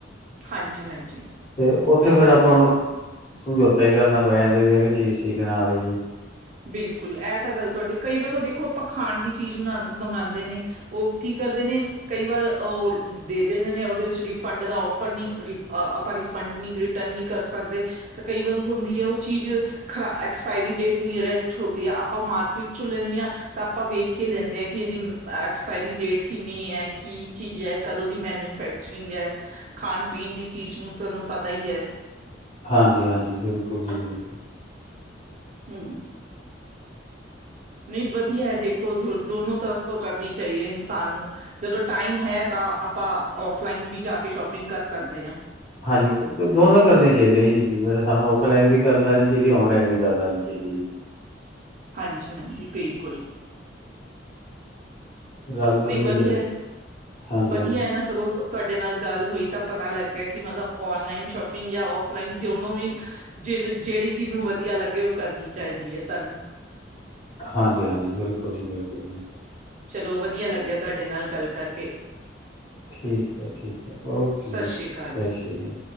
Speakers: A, on the right; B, on the left.
A: ਹਾਂਜੀ, ਹਾਂਜੀ।
B: ਤੇ ਓਥੇ
A: ਬਿਲਕੁਲ
B: ਫੇਰ ਆਪਾਂ ਨੂੰ ਸਮਝੌਤਾ ਈ ਕਰਨਾ ਪੈ ਜਾਂਦੈ ਵੀ ਐਵੇ ਚੀਜ਼ ਠੀਕ ਨਾ ਆਵੇ ਜੀ
A: ਬਿਲਕੁਲ ਐ ਤਾਂ ਗੱਲ ਤੁਆਡੀ ਕਈ ਵਾਰ ਓ ਦੇਖੋ ਆਪਾਂ ਖਾਣ ਦੀ ਚੀਜ਼ ਨਾ ਮੰਗਾਂਦੇ ਨੇ ਓ ਕੀ ਕਰਦੇ ਨੇ ਕਈ ਵਾਰ ਓ ਦੇ ਦੇਂਦੇ ਨੇ ਉਦੇ 'ਚ ਰਿਫੰਡ ਦਾ ਓਫਰ ਨੀ ਨੀ ਆ ਪਾਂ ਰਿਫੰਡ ਨੀ ਰਿਟਰਨ ਨੀ ਕਰ ਸਕਦੇ ਫੇਰ ਕਈ ਵਾਰ ਹੁੰਦੀ ਏ ਓ ਚੀਜ ਖਰਾ ਐਕਸਪਾਇਰੀ ਡੇਟ ਨਿਅਰੈਸਟ ਹੋਤੀ ਐ। ਆਪਾਂ ਮਾਰਕੀਟ 'ਚੋਂ ਲੈਨੇ ਆਂ ਤਾਂ ਆਪਾਂ ਵੇਖ ਕੇ ਲੈਂਦੇ ਐਂ ਕਿ ਏਦੀ ਐਕਸਪਾਇਰੀ ਡੇਟ ਕਿੰਨੀ ਐ, ਕੀ ਚੀਜ ਐ, ਕਦੋਂ ਦੀ ਮੈਨਯੁਫੈਕ ਚਰਿੰਗ ਐ। ਖਾਨ ਪੀਨ ਦੀ ਚੀਜ ਨੂੰ ਤੁਆਨੂੰ ਪਤਾ ਈ ਐ।
B: ਹਾਂਜੀ-ਹਾਂਜੀ, ਬਿਲਕੁਲ ਜੀ ਬਿਲਕੁਲ।
A: ਹੂੰ। ਨਈ ਵਧੀਐ। ਦੇਖੋ ਜੋ ਦੋਨੋ ਤਰਫ਼ ਤੋਂ ਕਰਨੀ ਚਾਈਏ ਇਨਸਾਨ ਨੂੰ। ਜਦੋਂ ਟਾਈਮ ਹੈ ਤਾਂ ਆਪਾਂ ਓਫਲਾਈਨ ਵੀ ਜਾ ਕੇ ਸ਼ੋਪਿੰਗ ਕਰ ਸਕਦੇ ਆਂ।
B: ਹਾਂਜੀ ਫੇਰ ਤੇ ਦੋਨੋਂ ਕਰਨੀਆਂ ਚਾਈਦੀਐਂ ਜੀ ਮਤਲਬ ਸਾਨੂੰ ਓਫਲਾਈਨ ਵੀ ਕਰ ਲੈਣੀ ਚਾਈਦੀ ਐ, ਓਨਲਾਈਨ ਵੀ ਕਰ ਲੈਣੀ ਚਾਈਦੀ ਐ ਜੀ।
A: ਹਾਂਜੀ-ਹਾਂਜੀ, ਬਿਲਕੁਲ।
B: ਰਲ ਮਿਲ
A: ਨਈ
B: ਕੇ
A: ਵਧੀਐ,
B: ਚਾਹੀਦਾ ਹਾਂਜੀ
A: ਵਧੀਐ
B: ਹਾਂਜੀ
A: ਨਾ ਸਗੋਂ ਤੁਆਡੇ ਨਾਲ ਗੱਲ ਹੋਈ ਤਾਂ ਪਤਾ ਲੱਗ ਗਿਆ ਕਿ ਮਤਲਬ ਓਨਲਾਈਨ ਸ਼ੋਪਿੰਗ ਯਾ ਓਫਲਾਈਨ ਦੋਨੋ ਵੀ ਜਿਹ ਜਿਹੜੀ ਜਿਹਨੂੰ ਵਧੀਆ ਲੱਗੇ ਉਹ ਕਰਨੀ ਚਾਹੀਦੀ ਏ ਸਾਨੂੰ
B: ਹਾਂਜੀ ਹਾਂਜੀ ਬਿਲਕੁਲ ਜੀ ਬਿਲਕੁਲ
A: ਚਲੋ ਵਧੀਆ ਲੱਗਿਆ ਤੁਹਾਡੇ ਨਾਲ ਗੱਲ ਕਰਕੇ
B: ਠੀਕ ਹੈ ਠੀਕ ਹੈ ਓਕੇ
A: ਸਤਿ
B: ਜੀ
A: ਸ੍ਰੀ
B: ਓਕੇ
A: ਅਕਾਲ
B: ਸਸ਼
A: ਜੀ
B: ਈ ਕਾਲ